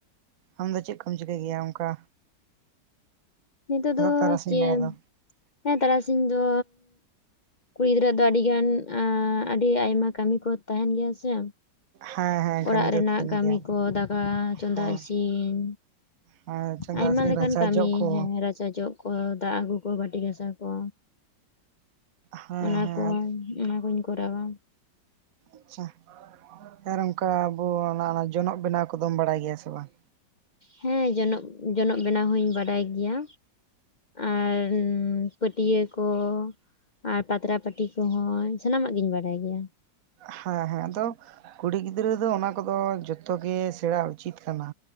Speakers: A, on the right; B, on the left.
A: ᱟᱢ ᱫᱚ ᱪᱮᱫ ᱠᱚᱢ ᱪᱤᱠᱟᱹᱭ ᱜᱮᱭᱟ ᱚᱱᱠᱟ
B: ᱱᱤᱛᱚᱜ
A: ᱟᱫᱚ
B: ᱫᱚ
A: ᱛᱟᱨᱟᱥᱤᱧ
B: ᱪᱮᱫ
A: ᱵᱮᱲᱟ ᱫᱚ
B: ᱦᱮᱸ ᱛᱟᱨᱟᱥᱤᱧ ᱫᱚ ᱠᱩᱲᱤ ᱜᱤᱫᱽᱨᱟᱹ ᱫᱚ ᱟᱹᱰᱤ ᱜᱟᱱ ᱟᱹᱰᱤ ᱟᱭᱢᱟ ᱠᱟᱹᱢᱤ ᱠᱚ ᱛᱟᱦᱮᱱ ᱜᱮᱭᱟ ᱥᱮ
A: ᱦᱮᱸ ᱦᱮᱸ
B: ᱚᱲᱟᱜ
A: ᱠᱟᱹᱢᱤ
B: ᱨᱮᱱᱟᱜ
A: ᱫᱚ ᱛᱟᱦᱮᱱ
B: ᱠᱟᱹᱢᱤ
A: ᱜᱮᱭᱟ
B: ᱠᱚ ᱫᱟᱠᱟ ᱪᱚᱸᱫᱟ
A: ᱦᱮᱸ
B: ᱤᱥᱤᱱ
A: ᱦᱮᱸ ᱪᱚᱸᱫᱟ
B: ᱟᱭᱢᱟ
A: ᱥᱤᱱ
B: ᱞᱮᱠᱟᱱ
A: ᱨᱟᱪᱟ
B: ᱠᱟᱹᱢᱤ
A: ᱡᱚᱜ ᱠᱚ
B: ᱦᱮᱸ ᱨᱟᱪᱟ ᱡᱚᱜ ᱠᱚ ᱫᱟᱜ ᱟᱹᱜᱩ ᱠᱚ ᱵᱟᱹᱴᱤ ᱜᱟᱥᱟᱣ ᱠᱚ
A: ᱦᱮᱸ
B: ᱚᱱᱟ
A: ᱦᱮᱸ
B: ᱠᱚᱸ ᱚᱱᱟᱠᱩᱧ ᱠᱚᱨᱟᱣᱟ
A: ᱟᱪᱪᱷᱟ ᱟᱨ ᱚᱱᱠᱟ ᱟᱵᱚ ᱡᱚᱱᱚᱜ ᱵᱮᱱᱟᱣ ᱠᱚᱫᱚᱢ ᱵᱟᱲᱟᱭ ᱜᱮᱭᱟ ᱥᱮ ᱵᱟᱝ
B: ᱦᱮᱸ ᱡᱚᱱᱚᱜ ᱡᱚᱱᱚᱜ ᱵᱮᱱᱟᱣ ᱦᱚᱸᱧ ᱵᱟᱰᱟᱭ ᱜᱮᱭᱟ ᱟᱨ ᱯᱟᱹᱴᱭᱟᱹ ᱠᱚ ᱟᱨ ᱯᱟᱛᱲᱟ ᱯᱟᱹᱴᱤ ᱠᱚᱦᱚᱸ ᱥᱟᱱᱟᱢᱟᱜ ᱜᱤᱧ ᱵᱟᱲᱟᱭ ᱜᱮᱭᱟ
A: ᱦᱮᱸ ᱦᱮᱸ ᱟᱫᱚ ᱠᱩᱲᱤ ᱜᱤᱫᱽᱨᱟᱹ ᱫᱚ ᱚᱱᱟ ᱠᱚᱫᱚ ᱡᱚᱛᱚ ᱜᱮ ᱥᱮᱬᱟ ᱩᱪᱤᱛ ᱠᱟᱱᱟ